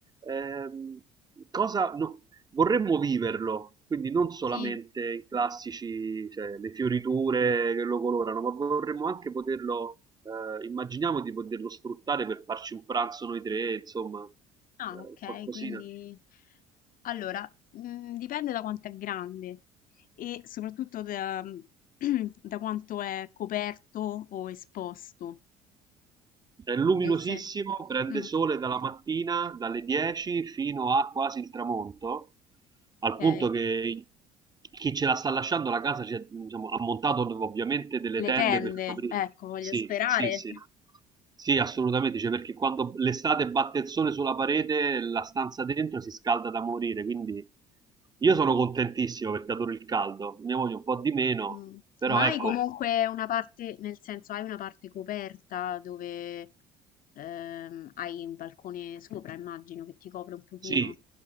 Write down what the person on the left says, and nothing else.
Sì.
Ah,
ok,
quindi... Allora, mhmm, dipende da quanto è grande e soprattutto da <clears throat> da quanto è coperto o esposto.
Nel sen
mh,
okay.
Le
tende,
ecco, voglio
sperare.
Mh.
Ma
hai comunque una parte nel senso, hai una parte coperta dove, ehm, hai un balcone sopra, immagino, che ti copre un pochino?